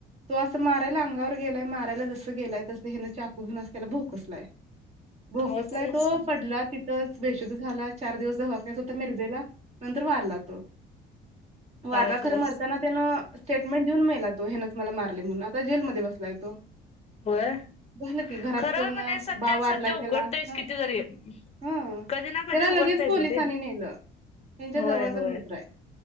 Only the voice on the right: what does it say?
तो असं मारायला अंगावर गेलाय माराय जसं गेलाय तसं हेन चाकू घून त्याला असा भोकसलाय. भोकसलाय
तो पडला तिथच बेशुद्ध झालाय. चार दिवस दवाखान्यात होता मिरजेला. नंतर वारला तो. वारला
खर मरताना त्या न स्टेटमेंट देऊन मेला तो ह्यानच मला मारले म्हणून आता जेलमध्ये बसलाय तो.
झालं की घरात
कोण
बा वारलाय
त्याला.
ह.
हम.
त्याला
लगेच
पोलिसांनी
नेलं. ह्यांच्या
जवळचा
मित्र आहे